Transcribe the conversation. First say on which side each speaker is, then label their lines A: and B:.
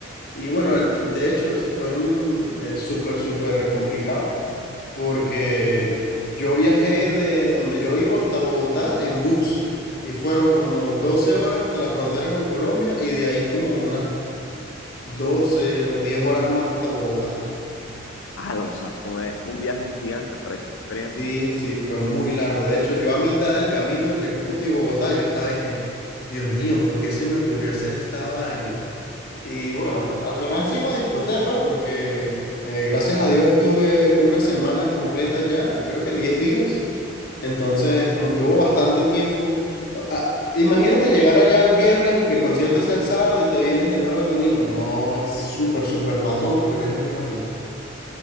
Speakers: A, on the left; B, on the left.
A: Y bueno, el- de hecho fue un eh, súper, súper complicado porque yo viajé de donde yo vivo hasta Bogotá en bus y fueron como 12 horas hasta la frontera con Colombia y de ahí como unas 12 o 10 horas más hasta Bogotá.
B: Ah, o sea, fue un viaje gigante para esa experiencia.
A: Sí, sí, fue muy largo. De hecho, yo a mitad del camino entre Cúcuta y Bogotá, yo estaba y que, Dios mío, ¿por qué se me ocurrió hacer esta vaina? Y bueno, al final sí lo disfruté, pues, porque eh, gracias a Dios estuve una semana completa ya, creo que 10 días. Entonces, como que hubo bastante tiempo. O- ah, imagínate llegar allá el viernes y que el concierto sea el sábado y te vienes de nuevo el domingo. No, es súper, súper matón porque el viaje es muy largo.